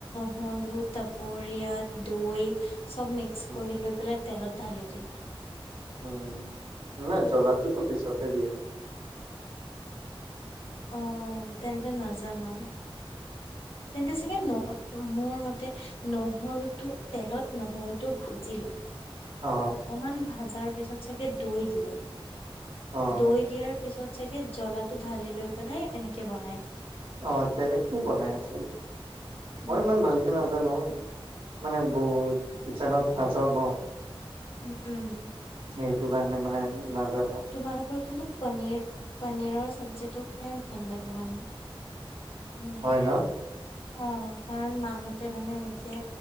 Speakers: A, on the left; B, on the right.
A: সৰু চৰিয়াত দৈ চব মিক্স
B: উম।
A: কৰি লৈ পেলাই তেলত ধালি কি
B: উম নাই জ্বলাটোতো পিছতে দিয়ে।
A: অ তেন্তে নাজানো। তেন্তে চাগে
B: উম।
A: ন মো মোৰ তে, নহৰুটো তেলত নহৰুটো ভাজি ল।
B: অ',
A: অকমান ভাজাৰ পিছত চাগে দৈ দিয়ে।
B: অ',
A: দৈ দিয়াৰ পিছত চাগে জ্লাটো ঢালি লৈ পেলাই এনেকে বনাই।
B: অ তেনেকেই বনাই আছে। মই
A: উম
B: ইমান ভালকে নাজানো। মানে বহুত, কিচনত নাযাও ন।
A: উম উম।
B: সেইটো কাৰণে মানে নাজানো,
A: তোমালোকৰ কিন্তু পনীৰ, পনীৰৰ চব্জিটো খাই ভাল লাগে মানে। উম
B: হয় ন?
A: অ। কাৰণ মাহতে মানে এনেকে